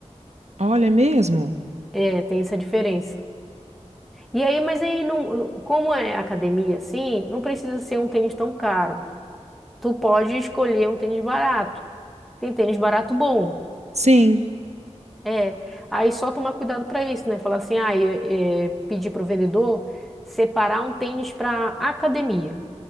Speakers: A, on the right; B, in the centre.
A: Olha, é mesmo?
B: É, tem essa diferença. E aí, mas aí não, não- como é academia assim, não precisa ser um tênis tão caro. Tu pode escolher um tênis barato. Tem tênis barato bom.
A: Sim,
B: É, aí só tomar cuidado para isso, né? Falar assim, ah, é, é, pedir para o vendedor separar um tênis para academia,